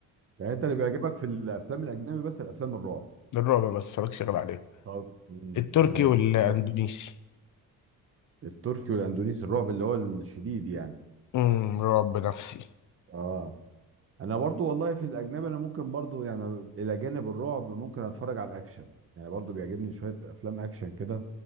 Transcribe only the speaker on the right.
يعني انت اللي بيعجبك في الافلام الاجنبي بس الافلام الرعب
طب امم
تمام
بس التركي والاندونيسي الرعب اللي هو الشديد يعني
اه انا برضو والله في الاجنبي انا ممكن برضو يعني الى جانب الرعب ممكن اتفرج على الاكشن يعني برضو بيعجبني شوية افلام اكشن كده